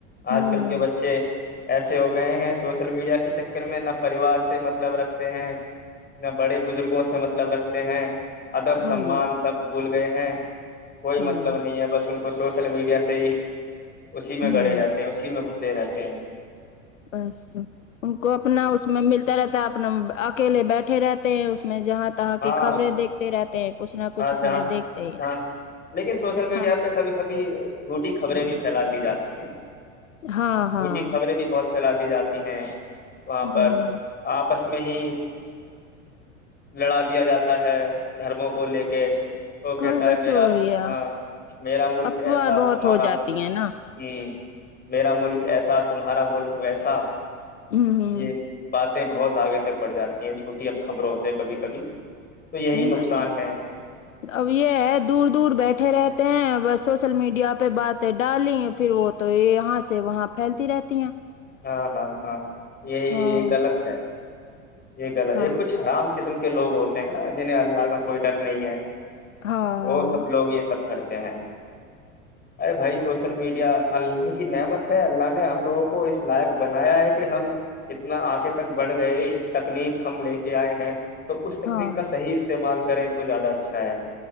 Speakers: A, on the left; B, on the left.
A: ہوں
B: آج کل
A: ہوں
B: کے بچے ایسے ہو گئے ہیں سوشل میڈیا کے چکر میں نہ پریوار سے مطلب رکھتے ہیں نہ بڑے بزرگوں سے مطلب رکھتے ہیں ادب
A: ہاں
B: سمان
A: جی
B: سب بھول گئے ہیں کوئی
A: ہاں
B: مطلب
A: جی
B: نہیں
A: ہاں
B: ہے بس ان کو سوشل میڈیا سے ہی اسی
A: جی
B: میں
A: ہوں
B: گڑے رہتے
A: ہ
B: ہیں اسی میں گس سینا کیاین
A: بس ان کو اپنا اس میں مل طرح طر اپنا اکیلے بیٹھے رہتے ہیں اس میں جہاں تہاں
B: ہاں
A: کی خبریں دیکھتے رہتے ہیں کچھ نہ کچھ
B: ہاں
A: اس
B: جہاں
A: میں دیکھتے ہیں
B: ہاں لیکن سوشل میڈیا
A: ہاں
B: پہ کبھی کبھی جھوٹی خبریں بھی پھیلا دی جاتی ہیں
A: ہاں ہاں
B: جھوٹی خبریں بھی بہت پھیلا دی جاتی ہیں وہاں
A: ہ
B: پر آپس میں ہی لڑا دیا جاتا ہے دھرموں کو لے کے کہ وہ کہتا
A: اور
B: ہے
A: بس
B: میرا
A: وہی ہے
B: ہاں میرا ملک
A: افواہ
B: ایسا
A: بہت
B: تمہارا
A: ہو جاتی
B: ملک
A: ہیں نا
B: ہ میرا ملک ایسا تمہارا ملک ویسا
A: ہ
B: یہ بق بہت آگے تک بڑ جاتی ہیں جھوٹی اب خبر ہوتے ہے کبھی کبھی تو یہی
A: ہ
B: نقصان
A: بس
B: ہے
A: اب یہ ہے دور دور بیٹھے رہتے ہیں ب سوشل میڈیا پہ باتیں ڈالی پھر وہ تو یہاں سے وہاں پھیلتی رہتی ہیں
B: ہاں ہاں ہاں یہی
A: ہاں
B: یہ غلط ہے یہ گ ہے
A: ہاں
B: یہ کچھ آرام قسم کے لوگ ہوتے ہیں نا جنہیں اللہ کا کوئی ڈر نہیں ہے
A: ہاں
B: وہ سب لوگ یہ سب کرتے ہیں ارے بھائی سوسل میڈیا اللہ کی نعمت ہے اللہ نے ہم لوگوں کو اس لائق بنایا ہے کہ ہم اتنا آگے تک بڑھ گئے تکنیک ہم لے کے آئے ہیں تو اس تکنیک
A: ہاں
B: کا صحیح استعمال کریں تو زیادہ اچھا ہے